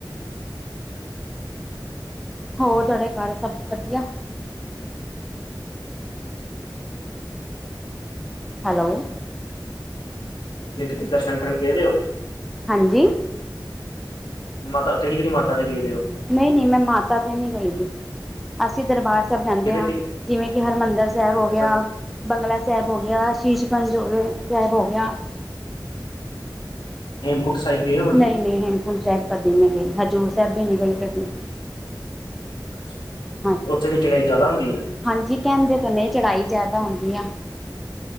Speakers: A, in the centre; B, on the left.
A: ਹੋਰ ਤੁਹਾਡੇ ਘਰ ਸਭ ਵਧੀਆ। ਹੈਲੋ।
B: ਵੀ ਕਿਤੇ ਦਰਸ਼ਨ ਕਰਨ ਗਏ ਦੇ ਓ?
A: ਹਾਂਜੀ।
B: ਮਾਤਾ ਕਿਹੜੀ-ਕਿਹੜੀ ਮਾਤਾ ਤੇ ਗਏ ਦੇ ਓ?
A: ਨਈਂ-ਨਈਂ ਮੈਂ ਮਾਤਾ ਤੇ ਨਈ ਗਈ ਦੀ, ਅਸੀਂ ਦਰਬਾਰ <inaudible> ਜਾਂਦੇ
B: ਕਿਤੇ
A: ਆਂ,
B: ਕਿ
A: ਜਿਵੇਂ ਕਿ ਹਰਿਮੰਦਰ ਸਾਹਿਬ ਹੋ ਗਿਆ।
B: ਅੱਛਾ
A: ਬੰਗਲਾ ਸਾਹਿਬ ਹੋ ਗਿਆ, ਸ਼ੀਸ਼ਗੰਜ ਹੋ, ਸਾਹਿਬ ਹੋ ਗਿਆ।
B: ਹੇਮਕੁੰਟ ਸਾਹਿਬ ਗਏ ਹੋ। ਕਦੀ
A: ਨਹੀਂ -ਨਹੀਂ ਹੇਮਕੁੰਟ ਸਾਹਿਬ ਕਦੀ ਨਹੀਂ ਗਈ, ਹਜ਼ੂਰ ਸਾਹਿਬ ਵੀ ਨਹੀਂ ਗਈ ਕਦੀ।
B: ਅੱਛਾ,
A: ਹਾਂ
B: ਉੱਥੇ ਦੀ ਚੜਾਈ ਜ਼ਿਆਦਾ ਹੁੰਦੀ ਆ।
A: ਹਾਂਜੀ ਕਹਿੰਦੇ ਤਾਂ ਨੇ, ਚੜਾਈ ਜ਼ਿਆਦਾ ਹੁੰਦੀ ਆ।